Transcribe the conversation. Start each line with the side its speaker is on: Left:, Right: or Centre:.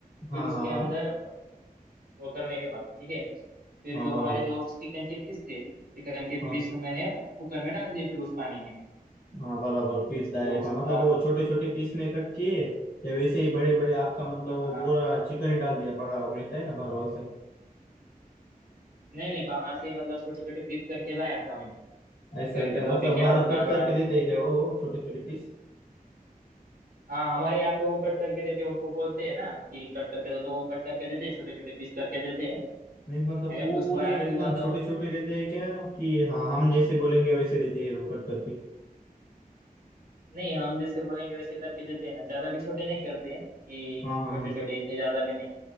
Left: हाँ
Right: फिर उसके
Left: हाँ हाँ
Right: अंदर वो करने के बाद ठीक है फिर
Left: हाँ
Right: जो
Left: बराबर
Right: हमारे जो चिकन के पीस थे चिकन के
Left: हाँ
Right: पीस मैंने कुकर में डाल दिए फिर उस पानी में
Left: हाँ बराबर पीस डाले
Right: जो उसका
Left: हाँ मतलब वो छोटे छोटे पीस में कट किए या वैसे ही बड़े बड़े आपका मतलब
Right: हाँ
Left: वो
Right: हाँ
Left: पूरा चिकन ही डाल दिया बड़ा वो मिलता है ना बराबर
Right: नहीं नहीं बाहर से मतलब छोटे छोटे पीस करके लाया था मैं
Left: ऐसा
Right: घर
Left: है क्या
Right: पे तो
Left: मतलब
Right: अभी क्या
Left: बाहर
Right: उतना
Left: कट
Right: बड़ा
Left: करके देते हैं क्या वो छोटे छोटे पीस
Right: हाँ हमारे यहाँ पे वो कट करके देते हैं उनको बोलते हैं ना कि कट करके दो तो वो कट करके देते हैं छोटे छोटे पीस करके देते हैं
Left: मीन्स मतलब
Right: अगर
Left: पूरे
Right: कुछ बड़ा
Left: एकदम
Right: भी हुआ तो
Left: छोटे
Right: आप-
Left: छोटे देते हैं क्या कि हाँ हम जैसे बोलेंगे वैसे देते हैं वो कट करके
Right: नहीं हम जैसे बोलेंगे वैसे करके देते हैं ना ज्यादा भी छोटे नहीं करते हैं कि
Left: हाँ हाँ
Right: छोटे
Left: हाँ
Right: छोटे इतने ज्यादा भी नहीं